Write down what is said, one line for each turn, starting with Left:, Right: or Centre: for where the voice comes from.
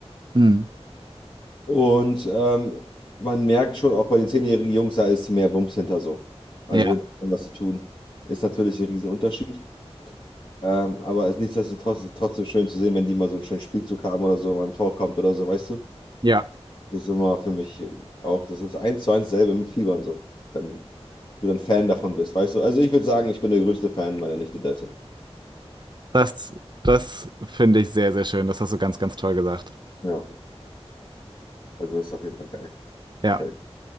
Right: Hm.
Left: Und ähm, man merkt schon auch bei den zehnjährigen Jungs, da ist mehr Wumms hinter so. Also
Right: Ja,
Left: wenn was sie tun, ist natürlich ein Riesenunterschied. Ähm, aber es, nichtsdestotrotz ist es trotzdem schön zu sehen, wenn die mal so einen schönen Spielzug haben oder so, mal ein Tor kommt oder so, weißt du?
Right: ja.
Left: Das ist immer für mich auch, das ist eins zu eins selbe mit Fiebern so. Wenn du dann Fan davon bist, weißt du? Also ich würde sagen, ich bin der größte Fan meiner Nichte Derzeit.
Right: Das, das finde ich sehr, sehr schön. Das hast du ganz, ganz toll gesagt.
Left: Ja, also ist auf jeden Fall geil.
Right: Ja,
Left: Gefällt mir.